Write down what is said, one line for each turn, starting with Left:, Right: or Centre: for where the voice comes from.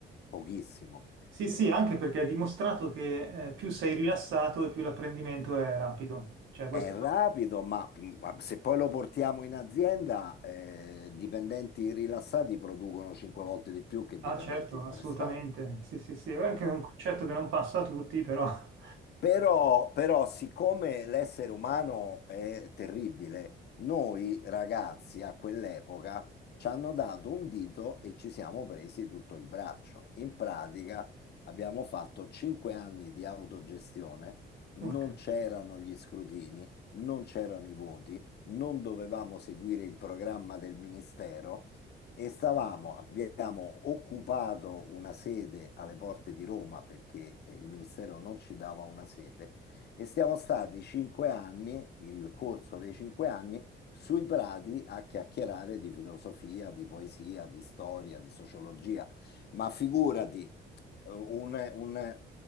Left: pochissimo.
Right: Sì, sì,
Left: Eh,
Right: anche perché è dimostrato che eh, più sei rilassato e più l'apprendimento è rapido. Cioè, questo...
Left: È rapido, ma, ma se poi lo portiamo in azienda, eh, dipendenti rilassati producono cinque volte di più che dipendenti
Right: Ah, certo,
Left: stressati.
Right: assolutamente. Sì, sì, sì, è anche un concetto che non passa a tutti, però... <laughs>
Left: Però, però, siccome l'essere umano è terribile, noi ragazzi a quell'epoca ci hanno dato un dito e ci siamo presi tutto il braccio. In pratica abbiamo fatto cinque anni di autogestione, non
Right: Urca.
Left: c'erano gli scrutini, non c'erano i voti, non dovevamo seguire il programma del ministero e stavamo, abbiamo occupato una sede alle porte di Roma perché eh, il ministero non ci dava una sede e siamo stati cinque anni, il corso dei cinque anni, sui prati a chiacchierare di filosofia, di poesia, di storia, di sociologia. Ma figurati, eh, un- un-